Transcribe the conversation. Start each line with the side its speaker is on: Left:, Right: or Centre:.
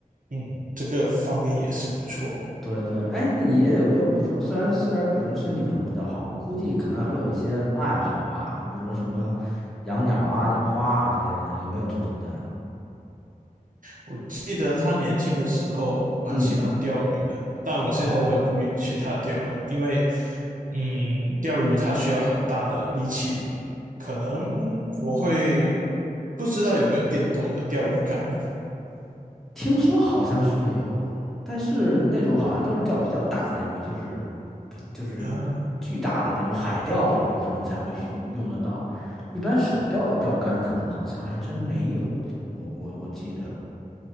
Right: 嗯，这个方面也是不错。
Centre: 对对，哎，那你也有没有，比如说，虽然虽然，比如说身体可能不太好，我估计可能还有一些爱好吧，你比如说什么养鸟啊、养花啊之类的，有没有这种的？
Right: 我记得他年轻的时候蛮喜欢钓鱼的，
Centre: 嗯，
Right: 但我现在都不允许他钓了，
Centre: 哦，
Right: 因为，嗯，钓鱼他需要很大的力气嘛。可能我会不知道有没有电动的钓鱼竿呢？
Centre: 听说好像是有，但是那种好像都是钓比较大的鱼，就是就是
Right: 啊，
Centre: 巨大的那种海钓的鱼，可能才会用用得到，一般手钓的钓竿可能好像还真没有，我我我记得，